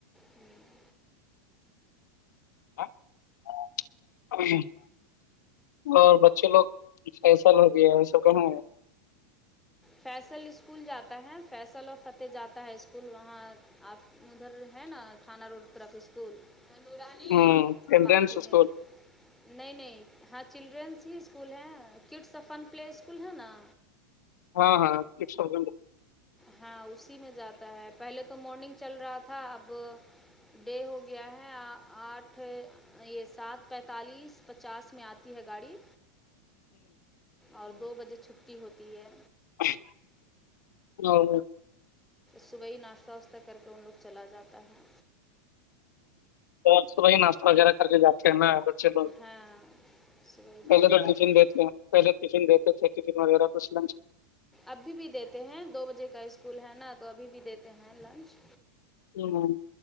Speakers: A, in the centre; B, on the left.
A: ہوں
B: <unintelligible> اور بچے لوگ فیصل ہوگیا ہے ایسا کہیں-
A: فیصل اسکول جاتا ہے فیصل و فتح جاتا ہے اسکول وہاں- آپ ادھر ہے نا تھانہ روڈ طرف اس- اسکولورانی
B: ہے چلڈرینس
A: پانچ ہی
B: اسکول
A: میں- نہیں- نہیں ہاں چلڈرینس ہی اسکول ہیں کڈ سفن پلے اسکول ہے نا-
B: ہاں ہاں سس تھاز
A: ہاں اسی میں جاتا ہے پہلے تو مارننگ چل رہا تھا اب ڈے ہو گیا ہے آٹھ یہ سات پینتالیس پچاس میں آتے ہے گاڑی اور دو بجے چھٹی ہوتی ہے
B: ا <unintelligible>
A: صبح ہی ناشتہ واشتہ کر کے ان لوگ چلا جاتا ہے
B: اور بائی ناشہ وغیرہ کر کے ج کے ہےنا ہے ب لو
A: ہاں صبح ہی ناشتہ
B: پہلے
A: واشتہ
B: تو فن دیتے ہیں پہلے فن دیتے تھے فن وغیرہ کش <unintelligible>
A: ابھی بھی دیتے ہیں دو بجے کا اسکول ہے نا تو ابھی بھی دیتے ہیں لنچ
B: ہوں